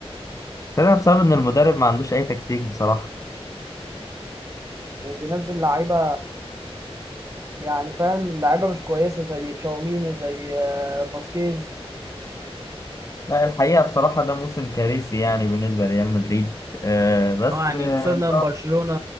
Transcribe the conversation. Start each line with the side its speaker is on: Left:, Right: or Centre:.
Left: طلع بسبب إن المدرب ما عندوش أي تكتيك بصراحة
Right: وبينزل لعيبة يعني فاهم لعيبة مش كويسة زي تشاوميني زي آه، فاسكيز
Left: لا الحقيقة بصراحة ده موسم كارثي يعني بالنسبة لريال مدريد آه بس
Right: اه يعني
Left: آه،
Right: خسرنا من برشلونة